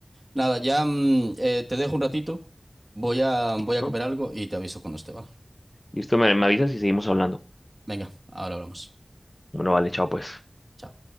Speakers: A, on the right; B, on the left.
A: nada, ya mm, eh, te dejo un ratito. Voy a, voy
B: Listo.
A: a comer algo y te aviso cuando esté, ¿vale?
B: Listo, me, me avisas y seguimos hablando.
A: Venga, ahora hablamos.
B: Bueno, vale, chao pues.
A: Chao.